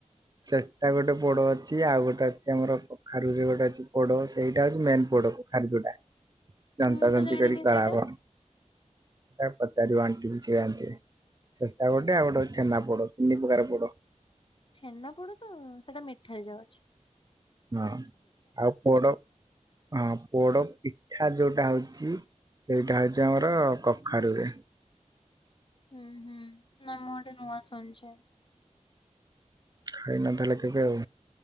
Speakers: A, on the right; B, on the left.
A: ସେଟା ଗୋଟେ ପୋଡ଼ ଅଛି ଆଉ ଗୋଟେ ଅଛି ଆମର କଖାରୁରେ ଗୋଟେ ଅଛି ପୋଡ ସେଇଟା ହୋଉଚି ମେନ୍ ପୋଡ଼। କଖାରୁ ଯୋଉଟା ଜନ୍ତା
B: ମୁଁ
A: ଜନ୍ତି
B: ତ ଜାଣିନି
A: କରିକି କରା
B: ସେଇଟା
A: ହବ। ଏଟା ପଚାରିବ ଆଣ୍ଟିଙ୍କୁ। ସିଏ ଆଣ୍ଟି ସେଟା ଗୋଟେ ଆଉ ଗୋଟେ ହୋଉଚି ଛେନା ପୋଡ ତିନି ପ୍ରକାର ପୋଡ଼।
B: ଛେନା ପୋଡ ତ ସେଟା ମିଠାରେ ଯାଉଚି।
A: ହଁ ଆଉ ପୋଡ଼ ହଁ ପୋଡ଼ ପି ପିଠା ଯୋଉଟା ହୋଉଚି ସେଇଟା ହୋଉଚି ଆମର କଖାରୁୁରେ।
B: ହୁଁ ହୁଁ ନା ମୁଁ ଏଟା ନୂଆ ଶୁଣଛି।
A: ଖାଇନ ତାହେଲେ କେବେ ଆଉ।